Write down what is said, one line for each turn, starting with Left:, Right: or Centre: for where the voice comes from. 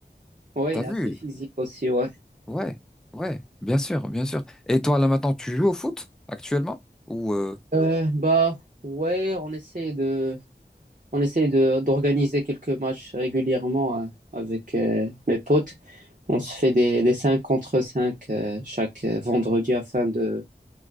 Right: Ouais,
Centre: T'as
Right: il est
Centre: vu?
Right: assez physique aussi, ouais.
Centre: Ouais, ouais, bien sûr, bien sûr. Et toi, là maintenant, tu joues au foot actuellement? Ou euh,
Right: Euh, bah, ouais, on essaie de. On essaye de d'organiser quelques matchs régulièrement euh, avec euh, mes potes. On se fait des, des 5 contre 5 euh, chaque euh, vendredi afin de,